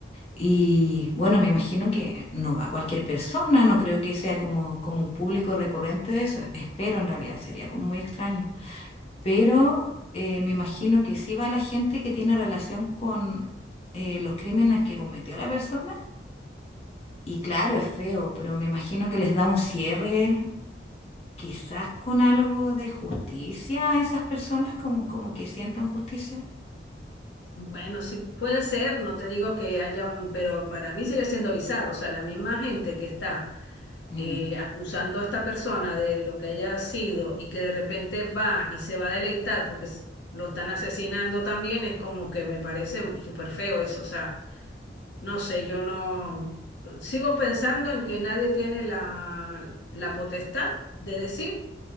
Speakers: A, on the left; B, on the left.
A: Y bueno, me imagino que no va cualquier persona, no creo que sea como, como un público recurrente de eso, espero en realidad, sería como muy extraño. Pero eh, me imagino que sí va la gente que tiene relación con eh, los crímenes que cometió la persona y claro, es feo, pero me imagino que les da un cierre, quizás con algo de justicia a esas personas, como, como que sientan justicia.
B: Bueno, sí puede ser, no te digo que haya un, pero para mí sigue siendo bizarro, o sea, la misma gente que está
A: Mm.
B: eh, acusando a esta persona de lo que haya sido y que de repente va y se va a deleitar porque s- lo están asesinando también, es como que me parece súper feo eso. O sea, no sé, yo no sigo pensando en que nadie tiene la, la potestad de decir